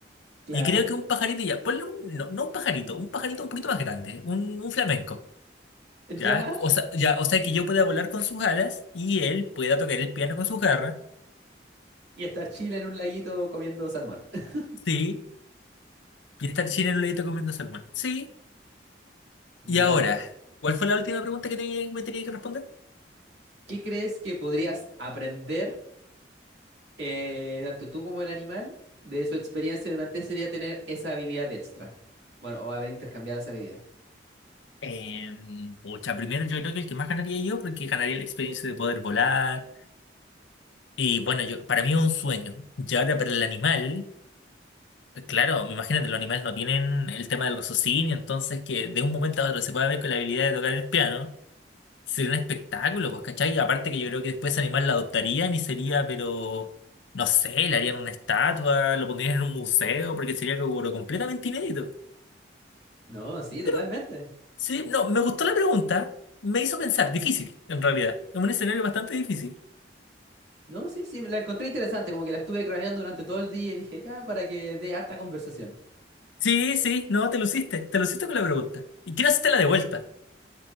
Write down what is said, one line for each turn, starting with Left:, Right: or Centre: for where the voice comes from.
Right: claro.
Left: Y creo que un pajarito ya, ponle un, no, no un pajarito, un pajarito un poquito más grande, un, un flamenco, ¿ya?
Right: Ya.
Left: O sea, ya, o sea que yo pueda volar con sus alas y él pueda tocar el piano con sus garras,
Right: Y estar chile en un laguito comiendo salmón. <laughs>
Left: sí, y estar chino en un ladito comiendo salmón, sí.
Right: Ya.
Left: Y ahora, ¿cuál fue la última pregunta que tenía- me tenía que responder?
Right: ¿Qué crees que podrías aprender, eh, tanto tú como el animal, de su experiencia durante ese día tener esa habilidad extra? Bueno, o haber intercambiado esa habilidad.
Left: Eh, pucha, primero yo creo que el que más ganaría yo, porque ganaría la experiencia de poder volar, y bueno, yo, para mí es un sueño. Y ahora para el animal. Claro, imagínate, los animales no tienen el tema del raciocinio, entonces que de un momento a otro se pueda ver con la habilidad de tocar el piano, sería un espectáculo, pues, ¿cachai? Y aparte que yo creo que después ese animal la adoptarían y sería, pero, no sé, le harían una estatua, lo pondrían en un museo, porque sería algo pero completamente inédito.
Right: No, sí, totalmente.
Left: Pero, sí, no, me gustó la pregunta, me hizo pensar, difícil, en realidad, es un escenario bastante difícil.
Right: No, sí, sí, la encontré interesante, como que la estuve craneando durante todo el día y dije, ya, para que dé harta conversación.
Left: Sí, sí, no, te luciste, te luciste con la pregunta. ¿Y quién hacerte la de vuelta?